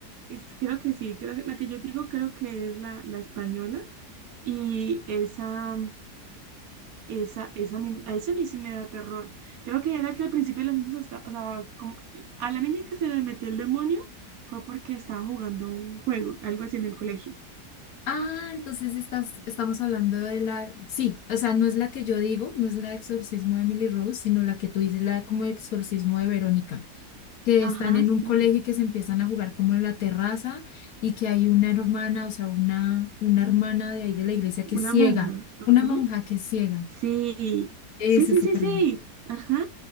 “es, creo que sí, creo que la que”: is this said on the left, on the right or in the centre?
Right